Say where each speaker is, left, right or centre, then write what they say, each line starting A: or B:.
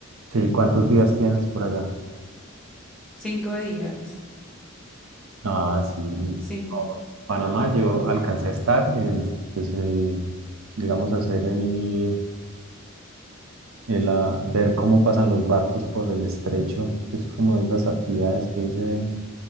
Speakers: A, on the right (about 80°); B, in the centre.
A: Sí, ¿cuántos días tienes por allá?
B: Cinco días,
A: Ah, sí. No,
B: sí,
A: Panamá yo alcancé a estar, es, pues el, digamos, hacer el el ah, ver cómo pasan los barcos por el estrecho, que es como de esas actividades que dice